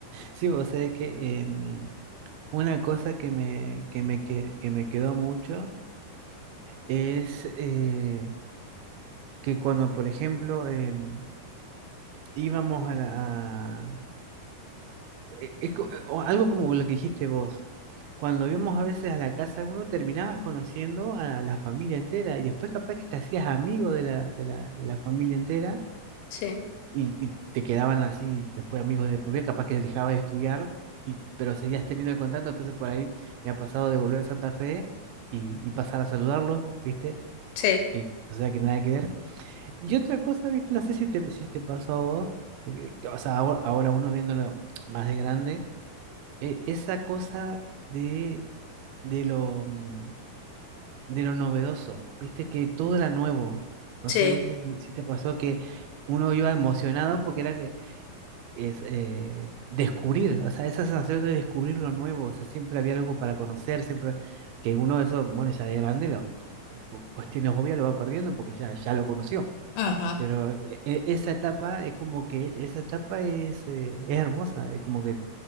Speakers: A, on the right; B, on the left.
A: Sí, o sea que em, una cosa que me, que me, que, que me quedó mucho es eh, que cuando, por ejemplo, em, íbamos a la... a- e- es co- eh, o algo como lo que dijiste vos. Cuando íbamos a veces a la casa, uno terminabas conociendo a la familia entera y después capaz que te hacías amigo de la, de la, de la familia entera.
B: Sí,
A: y, y te quedaban así después amigos de por vida, capaz que dejabas de estudiar, y, pero seguías teniendo el contacto, entonces por ahí me ha pasado de volver a Santa Fe y, y pasar a saludarlos, ¿viste?
B: sí,
A: Que, o sea, que nada que ver. Y otra cosa, ¿viste? No sé si te, si te pasó a vos, que- que, o sea, ahora, ahora uno viéndolo más de grande, eh, esa cosa de, de lo, mm, de lo novedoso, ¿viste? Que todo era nuevo. No
B: sí.
A: sé, ¿viste si si te pasó que uno iba emocionado porque era que es eh, descubrir, o sea, esa sensación de descubrir lo nuevo, o sea, siempre había algo para conocer, siempre que uno de esos, bueno, ya de grande, lo, cu- cuestiones obvias lo va perdiendo porque ya, ya lo conoció,
B: Ujú.
A: pero e- e- esa etapa es como que, esa etapa es, eh, es hermosa, es como que,